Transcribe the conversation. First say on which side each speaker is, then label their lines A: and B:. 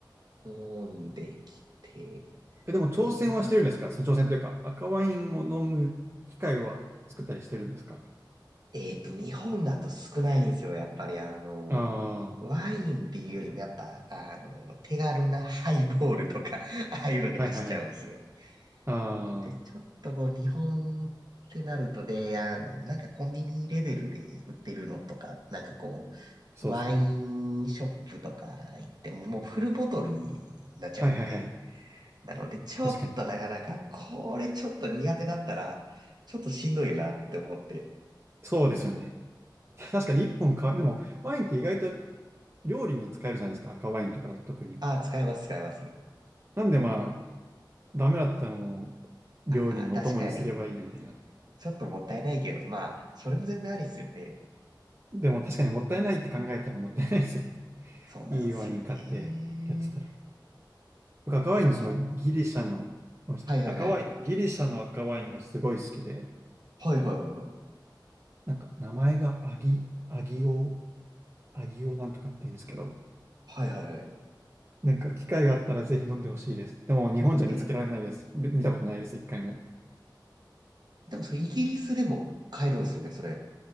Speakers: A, on the right (about 60°); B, on the right (about 30°).
A: 飲んできて、
B: え、でも挑戦はしてるんですかその挑戦というか、
A: いいな。
B: 赤ワインを飲む機会は作ったりしてるんですか
A: えっと、日本だと少ないんですよ、やっぱりあの、
B: ああー、
A: ワインっていうよりもやっぱ、あの、手軽なハイボールとか、<laughs> ああいうのに走っちゃうんですよね。
B: はいはいはい。ああ、
A: なので、ちょっとこう、日本ってなるとで、あの、なんかコンビニレベルで売ってるのとか、なんかこ
B: そうですね。
A: う、ワインショップとか行っても、もうフルボトルになっちゃうんで、
B: はいはいはい。
A: なので、ちょっとなかなか、
B: 確かに。
A: これちょっと苦手だったら、ちょっとしんどいよなって思って、
B: そうですよね。確かに一本か、でもワインって意外と料理に使えるじゃないですか。赤ワインとかだと特に。
A: ああ、使います、使います。
B: なんでまあ、ダメだったらもう料理のお供にすればいいみたいな
A: ああ、確かに。ちょっともったいないけど、まあ、それも全然ありっすよね。
B: でも確かにもったいないって考えたらもったいないですよね。<laughs>
A: そうなんですよね。
B: いいワイン買ってやってたら。僕赤ワインのそのギリシャの、
A: だからほん、
B: ごめんなさい、
A: はいはいはい。
B: 赤ワイン、ギリシャの赤ワインがすごい好きで、
A: はいはいはいはい。
B: なんか名前がアギ、アギオ、アギオなんとかって言うんですけど、
A: はいはいはい。
B: なんか機会があったらぜひ飲んでほしいです。でも日本じゃ見つけられないです。
A: え、
B: み見たことないです、一回も。
A: でもそれイギリスでも買えるんですよね、それ。